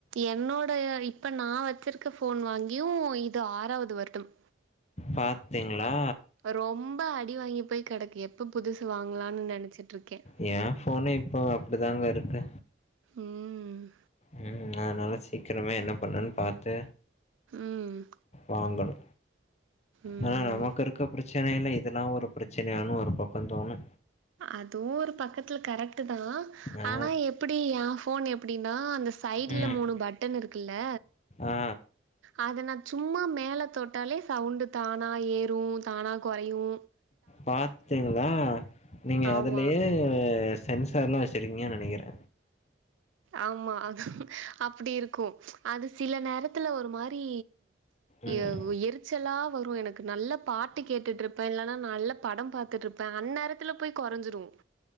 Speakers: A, on the right; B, on the left.
A: என்னோடய இப்போ நா வச்சிருக்க ஃபோன் வாங்கியு இது ஆறாவது வருடம்
B: பாத்தீங்களா
A: ரொம்ப அடி வாங்கி போய் கெடக்கு எப்போ புதுசு வாங்கலான்னு நெனச்சிட்டு இருக்க
B: ஏ ஃபோனே இப்போ அப்படிதாங்க இருக்கு
A: ம்
B: ம் அதுனால சீக்கிரமே என்ன பண்ணனு பாத்து
A: ம்
B: வாங்கணு
A: ம்
B: ஆனா நமக்கு இருக்க பிரச் சனையில இதெல்லா ஒரு பிரச்சனையான்னு ஒரு பக்கோ தோணு
A: அதுவு ஒரு பக்கத்துல கரெக்ட் தா
B: ஆ.
A: ஆனா எப்படி எ ஃபோன் எப்டினா அந்த சைட்ல
B: ம்.
A: மூணு பட்டன் இருக்குல்ல
B: ஆ
A: அத நா சும்மா மேல தொட்டாலே சவுண்டு தானா ஏறு தானா குறையு
B: பாத்தீங்களா நீங்க
A: ஆமா
B: அதுலயே சென்சார்ல்லா வச்சிருக்கீங்கனு நெனைக்கற
A: ஆமா அது அப்டி இருக்கு அது சில நேரத்துல ஒரு மாரி
B: ம்.
A: எவு எர் எரிச்சலா வரு எனக்கு நல்ல பாட்டு கேட்டுட்டு இருப்ப இல்லன்னா நல்ல படம் பாத்துட்டு இருப்ப அந் நேரத்துல போய் கொறஞ்சுடு